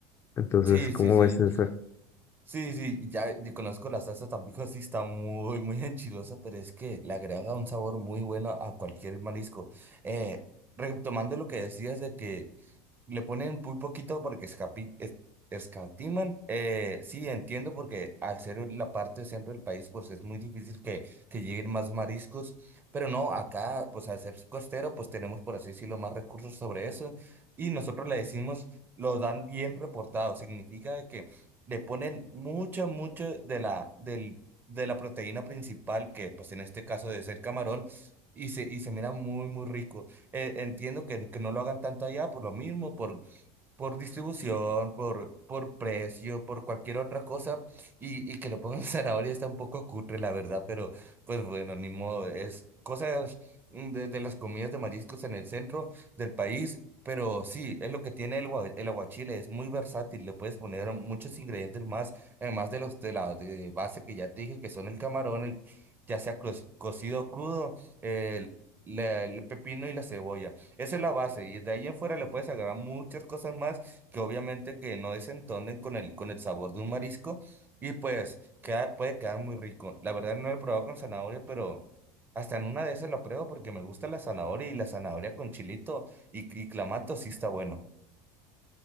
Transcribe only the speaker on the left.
Entonces,
¿cómo
ves eso?